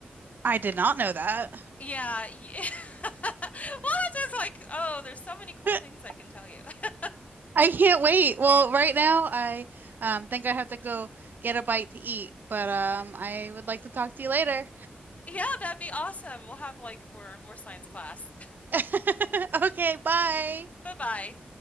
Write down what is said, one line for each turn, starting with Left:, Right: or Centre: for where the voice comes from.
Right: I did not know that.
Left: Yeah, ye <laughs> Well, it's just like, oh, there's so many cool
Right: <laughs>
Left: things I can tell you. <laughs>
Right: I can't wait. Well, right now I um think I have to go get a bite to eat, but um I would like to talk to you later.
Left: Yeah, that'd be awesome. We'll have like more more science class.
Right: <laughs> Okay, bye.
Left: <laughs> Bye-bye.